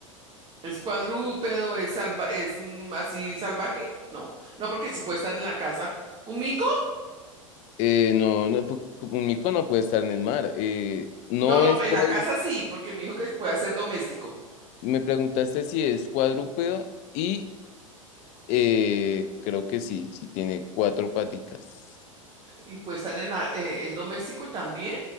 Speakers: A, on the right; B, on the left.
A: es cuadrúpedo, es salva, es mm, así salvaje. No, no, porque si puede estar en la casa. ¿Un mico?
B: Eh, no, no, pu- un mico no puede estar en el mar. Eh, no
A: No, no,
B: es
A: en
B: cuadru-
A: la casa sí, porque me dijo que puede ser doméstico.
B: me preguntaste si es cuadrúpedo y eh, creo que sí, sí tiene cuatro paticas.
A: Y puede estar en la, eh, ¿es doméstico también?